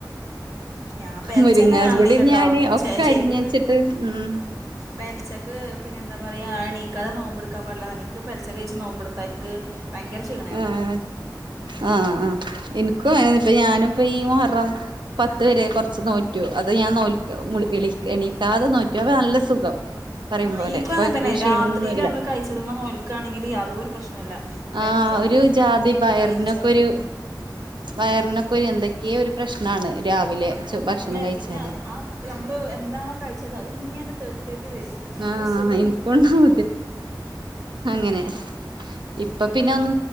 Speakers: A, on the right; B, on the right.
A: ഞാൻ പെലച്ചന്നെ
B: മുരിങ്ങും
A: കാണലില്ലട്ടോ
B: കൂടി ഞാന് ഒക്കെ
A: ശരിക്ക്
B: അരിഞ്ഞ് വച്ചിട്ട് ഉം
A: പെലച്ചക്ക് പിന്നെ എന്താ പറയാ എനിക്കത് നോമ്പെടുക്കാൻ പടില്ല എനിക്ക് പെലച്ചക്ക് കഴിച്ച് നോമ്പെടുത്താ എനിക്ക് ഭയങ്കര ക്ഷീണേക്കാരൻ
B: ആഹ് ആഹ് ആഹ് എനിക്കും അങ്ങനെ ഇപ്പ ഞാനും ഇപ്പ ഈ മഹറം പത്ത് വരെ കുറച്ച് നോറ്റു അത് ഞാൻ നോൽ എണീക്കാതെ നോറ്റു അപ്പോ നല്ല സുഖം പറയും
A: ആഹ്
B: പോലെ
A: എനിക്കും അങ്ങനെ
B: കൊഴക്കും
A: തന്നെ
B: ക്ഷീണൊന്നുല്ല
A: രാത്രിയില് നമ്മള് കഴിച്ചതുമോ നോൽക്കുകയാണെങ്കിൽ യാതോരു പ്രശ്നം ഒന്നുല്ല പെലച്ചക്കെ
B: ആഹ് ഒരു
A: എണീച്ചിട്ട്
B: ജാതി
A: എന്തേലും
B: പയറിനൊക്കെ
A: കഴിച്ചോ
B: ഒരു വയറിനൊക്കെ
A: ആഹ്
B: ഒരു എന്തൊക്കെയോ ഒരു പ്രശ്നാണ് രാവിലെ ഭക്ഷണം
A: അവിടെ
B: കഴിച്ചാല്
A: പിന്നെ അത് ആ നമ്മള് എന്താണോ കഴിച്ചത് അത് ഇങ്ങനെ തേർട്ടി തേർട്ടി വരും
B: ആഹ്
A: ഒരു സുഖം
B: എനിക്കുണ്ടാവും
A: കിട്ടൂല
B: അങ്ങനെ ഇപ്പ പിന്നെ അതു